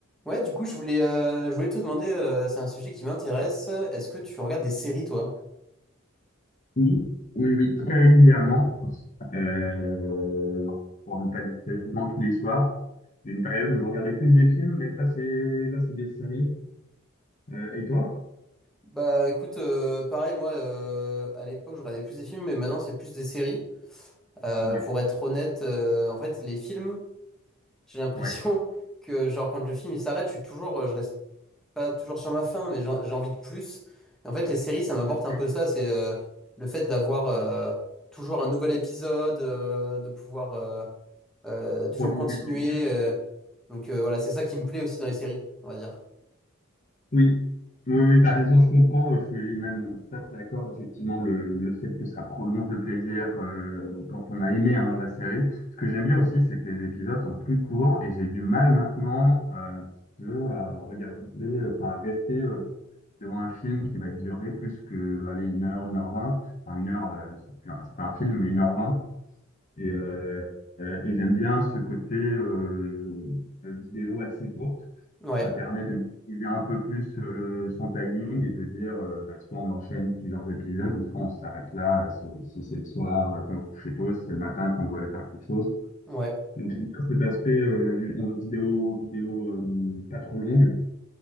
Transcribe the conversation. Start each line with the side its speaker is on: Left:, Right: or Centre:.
Centre: Ouais, du coup, je voulais, euh, je voulais te demander, euh, c'est un sujet qui m'intéresse. Est-ce que tu regardes des séries, toi?
Left: Oui, oui, oui, très régulièrement, euh, pour ne pas dire quasiment tous les soirs. Il y a une période où je regardais plus des films, mais là, c'est là, c'est des séries. Euh, et toi?
Centre: Bah, écoute, euh, pareil, moi, euh, à l'époque, je regardais plus des films, mais maintenant, c'est plus des séries. Euh,
Left: Ouais,
Centre: pour être honnête, euh, en fait, les films, j'ai l'impression
Left: ouais.
Centre: <laughs> que, genre, quand le film il s'arrête, je suis toujours, euh, je reste pas toujours sur ma faim, mais j'en- j'ai envie de plus. Et en fait, les séries, ça m'apporte
Left: Ok.
Centre: un peu ça, c'est euh, le fait d'avoir euh, toujours un nouvel épisode, euh, de pouvoir euh, euh, toujours
Left: Prolonger
Centre: continuer.
Left: le plaisir.
Centre: euh. Donc euh, voilà, c'est ça qui me plaît aussi dans les séries, on va dire.
Left: Oui, oui, oui, t'as raison, je comprends. Je suis même tout à fait d'accord. Effectivement, le, le fait que ça prolonge le plaisir euh, quand on a aimé hein, la série. Ce que j'aime bien aussi, c'est que les épisodes sont plus courts et j'ai du mal maintenant euh, si tu veux, à regarder, euh, enfin, à rester. euh, devant un film qui va durer plus que, allez, une heure, une heure vingt. Enfin, une heure, euh, c'est plus un- c'est pas un film, mais une heure vingt. Et, euh, euh, et j'aime bien ce côté euh, vidéo assez courte.
Centre: Ouais,
Left: Ça permet de maîtriser un peu plus euh, le- son timing et de dire, euh, bah, soit on enchaîne plusieurs épisodes, ou soit on s'arrête là, euh, si si c'est le soir, euh, qu'on se couche tôt, si c'est le matin qu'on doit aller faire quelque chose.
Centre: ouais.
Left: Donc j'aime bien cet aspect euh, vi- vidéo, vidéo euh, pas trop longue